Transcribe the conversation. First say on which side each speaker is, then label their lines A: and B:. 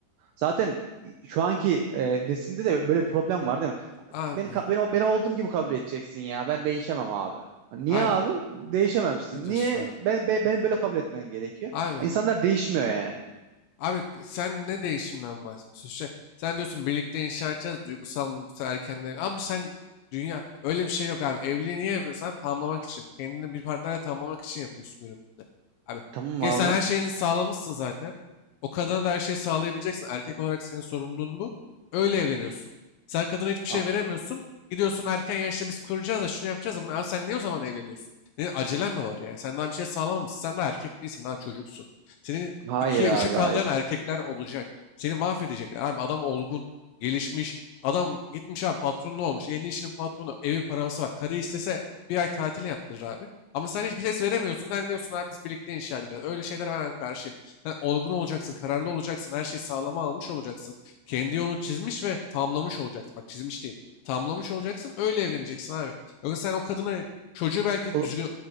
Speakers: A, on the right; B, on the left.
A: Zaten e, şu anki e, nesilde de böyle bir problem var değil mi?
B: Abi
A: Ya Beni ka- beni beni olduğum gibi kabul edeceksin ya. Ben değişemem abi. Hani Niye
B: abi
A: abi? Değişememsin.
B: ne diyorsun
A: Niye?
B: abi?
A: Ben, be- beni böyle kabul etmen gerekiyor.
B: Abi
A: İnsanlar değişmiyor yani.
B: Abi k- sen ne değişimden bahsediyorsun? Şey, sen diyorsun birlikte inşa edeceğiz duygusal duygusal erkenler. Abi sen dünya öyle bir şey yok abi. Evliliği niye yapıyorsun? Abi, tamamlamak için. Kendini bir partnerle tamamlamak için yapıyorsun günümüzde. Abi
A: Tamam
B: gel
A: abi.
B: sen her şeyini sağlamışsın zaten. O kadına da her şeyi sağlayabileceksin. Erkek olarak senin sorumluluğun bu. Öyle evleniyorsun. Sen kadına hiçbir şey
A: Ha-
B: veremiyorsun. Gidiyorsun erken yaşta biz kuracağız da şunu yapacağız da bunu. Abi sen niye o zaman evleniyorsun? Ne, acelen mi var yani? Sen daha bir şey sağlamamışsın. Sen daha erkek değilsin. Daha çocuksun. Senin
A: hayır
B: 2'ye
A: abi
B: üçe kallayan
A: hayır.
B: erkekler olacak. Seni mahvedecekler. Abi adam olgun, gelişmiş. Adam gitmiş abi patronlu olmuş. Elinde işinin patronu, evi parası var. Karı istese bir ay tatil yaptırır abi. Ama sen hiçbir ses veremiyorsun. Sen diyorsun abi biz birlikte inşa edeceğiz. Öyle şeylere ben hem karşıyım. Sen olgun olacaksın, kararlı olacaksın. Her şeyi sağlama almış olacaksın. Kendi yolunu çizmiş ve tamlamış olacaksın. Bak çizmiş değil. Tamlamış olacaksın. Öyle evleneceksin abi. Yoksa sen o kadına çocuğu belki
A: O-
B: düzgün